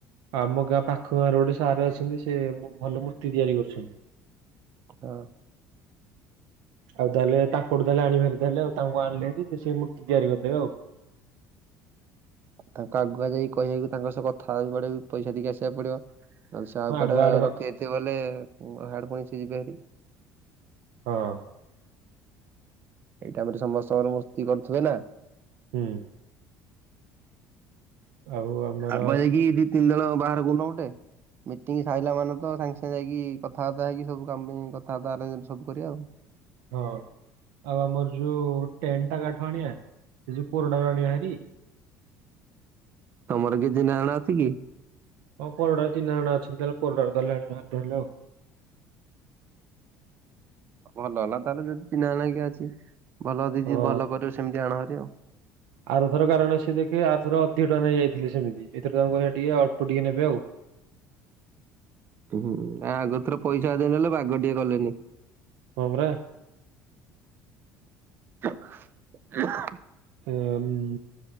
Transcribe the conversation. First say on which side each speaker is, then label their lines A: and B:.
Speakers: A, on the right (about 85°); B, on the right (about 35°).
A: ଆମ ଗାଁ ପାଖ ଗାଁରେ ଗୋଟେ ସାର ଅଛନ୍ତି ସେ ଭଲ ମୂର୍ତ୍ତି ତିଆରି କରୁଛନ୍ତି।
B: ହଁ
A: ଆଉ ତାହେଲେ ତାଙ୍କଠୁ ତାହେଲେ ଆଣିିବାହେରି ତାହେଲେ ଆଉ ତାଙ୍କୁ ଆଣିଲେ ଭାରି ସେ ମୂର୍ତ୍ତି ତିଆରି କରିଦେବେ ଆଉ।
B: ତାଙ୍କୁ ଆଗୁଆ ଯାଇିକି କହିିବାକି ତାଙ୍କ ସହ କଥା ହେବାକୁ ପଡିବ, ପଇସା ଦେଇକି ଆସକୁ ପଡିବ। ଯଦି ସେ ଆଉ
A: ହଁ ଆଗୁଆ
B: କୁଆଡେ
A: ଆଡଭା
B: ରଖିଦେଇଥିବ ହେଲେ ହିଆଡେ ପୁଣି ସେ ଯିବ ହେରି।
A: ହଁ
B: ଏଇ ଟାଇମରେ ସମସ୍ତଙ୍କର ମୂର୍ତ୍ତି କରୁଥିବେ ନା?
A: ହୁଁ ଆଉ ଆମର
B: ଆଗୁଆ ଯାଇକି ଦି ତିନି ଜଣ ବାହାର କରୁନ ଗୋଟେ। ମିଟିଙ୍ଗ ସାରିଲାମାନେ ତ ସାଙ୍ଗେ ସାଙ୍ଗେ ଯାଇକି କଥାବାର୍ତ୍ତା ହେଇିକି ସବୁ କାମ ପାଇଁ କଥାବାର୍ତ୍ତା ସବୁ କରିବା ଆଉ।
A: ହଁ ଆଉ ଆମର ଯୋଉ ଟେଣ୍ଟଟା କାହାଠୁ ଆଣିବା ସେ ଯୋଉ କୋରଡ଼ାରୁ ଆଣିବା ହେରି।
B: ତମର କିଏ ଚିହ୍ନା ଜଣା ଅଛି କି?
A: ହଁ କୋରଡାରେ ଚିହ୍ନା ଜଣା ଅଛନ୍ତି ତାହେଲେ କୋରଡ଼ାରୁ ତାହାଲେ ଆଣିବାହାରି ନହେଲେ ଆଉ।
B: ଭଲ ହେଲା ତାହେଲେ ଯଦି ଚିହ୍ନା ଜଣା କିିଏ ଅଛି, ଭଲ ଜଦି
A: ହଁ।
B: ଯିଏ ଭଲ କରିବ ସେମିତି ଆଣହେରି ଆଉ।
A: ଆରଥର କାରଣ ସେ ସିଏ ଦେଖେ ଆରଥର ଅଧିକ ଟଙ୍କା ନେଇଯାଇଥିଲେ ସେମିତି ଏଥିରେ ତାଙ୍କୁ କହିବା ଟିକେ ଅଳ୍ପ ଟିକେ ନେବେ ଆଉ।
B: ହୁଁ ୟା ଆଗଥର ପଇସା ଅଧିକ ନେଲେ ବାଗ ଟିକେ କଲେନି।
A: ହଁ ପରା।
B: <unintelligible>
A: ହମ୍